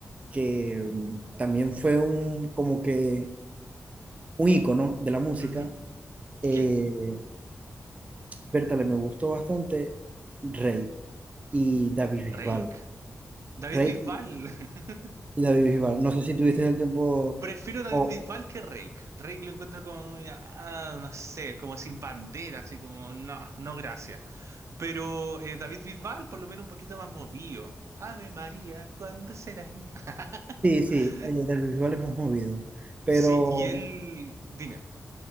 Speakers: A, on the right; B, on the right.
A: que mm, también fue un como que un ícono de la música.
B: Ujú.
A: Eh,
B: ¿Quién?
A: Bertale, me gustó bastante Rey y David Bisbal.
B: Rake. David
A: Rey
B: Bisbal. <laughs>
A: y David Bisbal. No sé si tuviste
B: Mm,
A: el tiempo
B: Prefiero David
A: o
B: Bisbal que Rake. Rake lo encuentro como muy, ah, no sé, como sin bandera, así como, no, no gracias. Pero eh, David Bisbal por lo menos un poquito más movido. Ave María, ¿cuándo serás mía? <laughs>
A: sí, sí, eh, David Bisbal es más movido, pero
B: Sí, y él, dime,